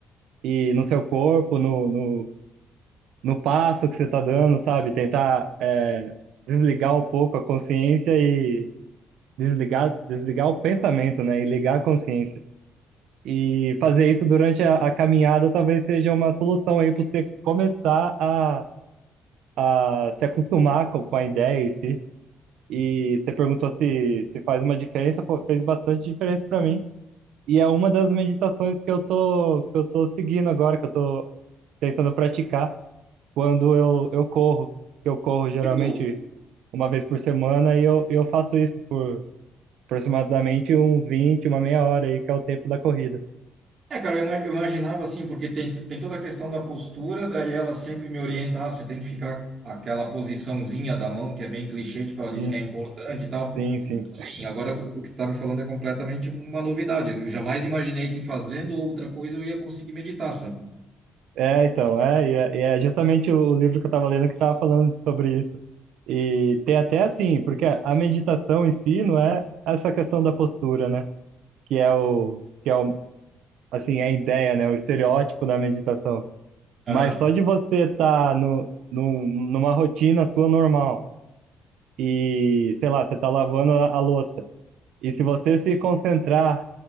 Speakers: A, on the right; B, on the right.
A: e no seu corpo, no, no, no passo que você está dando, sabe? Tentar eh, desligar um pouco a consciência e desligar, desligar o pensamento, né? E ligar a consciência. E fazer isso durante a, a caminhada talvez seja uma solução aí para você começar a, a se acostumar com, com a ideia em si. E você perguntou se, se faz uma diferença, pô, fez bastante diferença para mim. E é uma das meditações que eu tô, que eu tô seguindo agora, que eu tô tentando praticar quando eu, eu corro. Eu corro geralmente
B: Tipo,
A: uma vez por semana e eu, eu faço isso por aproximadamente uns 20 uma meia hora aí, que é o tempo da corrida.
B: É, cara, eu ima- eu imaginava assim, porque tem, tem toda a questão da postura, daí ela sempre me orienta, ah, você tem que ficar aquela posiçãozinha da mão, que é bem clichê, tipo, ela diz
A: Sim,
B: que é importante e tal.
A: sim, sim.
B: Então, assim, agora o que tu tá me falando é completamente uma novidade. Eu jamais imaginei que fazendo outra coisa eu ia conseguir meditar, sabe?
A: É, então, é, e é, e é justamente o o livro que eu estava lendo que estava falando sobre isso. E tem até assim, porque a a meditação em si não é essa questão da postura, né? Que é o, que é o, assim, a ideia, né? O estereótipo da meditação.
B: Aham,
A: Mas só de você estar no, num- numa rotina sua normal e, sei lá, você está lavando a, a louça. E se você se concentrar